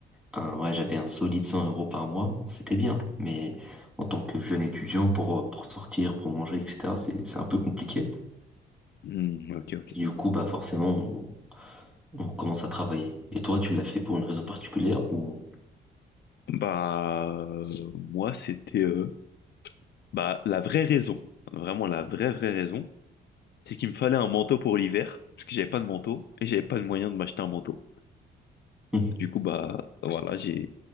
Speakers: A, in the centre; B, on the left.
A: un, ouais, j'avais un solide 100 euros par mois. Bon, c'était bien, mais en tant que jeune étudiant, pour, pour sortir, pour manger, etc., c'est, c'est un peu compliqué.
B: Hmm, ok, ok.
A: Et du coup, bah, forcément, on, on commence à travailler. Et toi, tu l'as fait pour une raison particulière ou...
B: Bah, euh, moi, c'était euh, bah, la vraie raison, vraiment la vraie, vraie raison, c'est qu'il me fallait un manteau pour l'hiver, parce que j'avais pas de manteau et j'avais pas de moyen de m'acheter un manteau.
A: <laughs>
B: Du coup, bah voilà, j'ai,